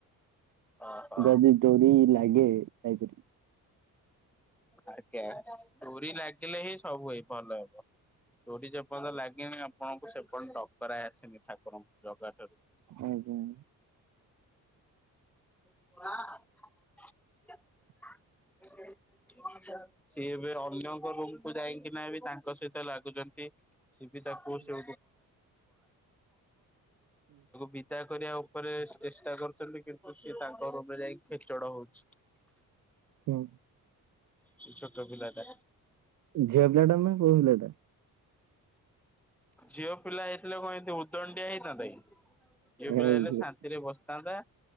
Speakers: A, in the centre; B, on the right (about 55°).
A: ଓହୋ।
B: ଯଦି ଡୋରି ଲାଗେ ଯାଇପାରିବ।
A: ଆଜ୍ଞା ଡୋରି ଲାଗିଲେ ହିଁ ସବୁ ଏଇ ଭଲ ହବ। ଡୋରି ଯେପର୍ଯ୍ୟନ୍ତ ତ ଲାଗେନି ଆପଣଙ୍କୁ ସେପର୍ଯ୍ୟନ୍ତ ଡକରା ଆସିନି ଠାକୁରଙ୍କ, ଜଗା ଠାରୁ।
B: ଆଜ୍ଞା।
A: <inaudible> ସିଏ ଏବେ ଅନ୍ୟଙ୍କ ରୁମ୍ କୁ ଯାଇକିନା ବି ତାଙ୍କ ସହିତ ଲାଗୁଛନ୍ତି। <inaudible> ତାକୁ ବିଦା କରିବା ଉପରେ ଚେଷ୍ଟା କରୁଛନ୍ତି କିନ୍ତୁ ସିଏ ତାଙ୍କ ରୁମ୍ ରେ ଯାଇ ଖେଚଡ ହଉଛି।
B: ହୁଁ।
A: ସେ ଛୋଟ ପିଲାଟା।
B: ଝିଅ ପିଲାଟା ନା ପୁଅ ପିଲାଟା?
A: ଝିଅ ପିଲା ହେଇଥିଲେ କଣ ଏତେ ଉଦଣ୍ଡିଆ ହେଇଥାନ୍ତା କି? ଝିଅ
B: ହୁଁ
A: ପିଲା ହେଲେ ଶାନ୍ତିରେ ବସିଥାନ୍ତା।